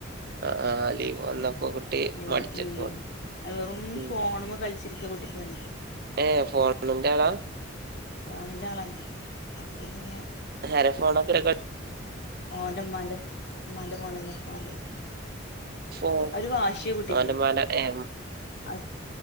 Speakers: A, on the right; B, on the left.
A: ആ ആ ലീവ് വന്നപ്പോ കുട്ടി
B: <unintelligible>
A: മടിച്ചക്ക
B: മ്മം വെറും
A: ഉം
B: ഫോണിമ്മേ കളിച്ച ചിരിക്ക കുട്ടിക്ക് പണി
A: ഏ ഫോട്ടുളന്റെആളാ
B: ഫോണിന്റെ ആളാണ് അപ്പൊ പിന്നെ
A: ഹരെ ഫോണ <unintelligible>
B: ഓന്റെ ഉമാന്റെ ഉമ്മാന്റെ പോണല്ലെ ഓന്റെ
A: ഫോൺ
B: ഒരു വാശിയ കുട്ടിക്ക്
A: ഓന്റെ മ്മാന്റെ ഏ
B: അത്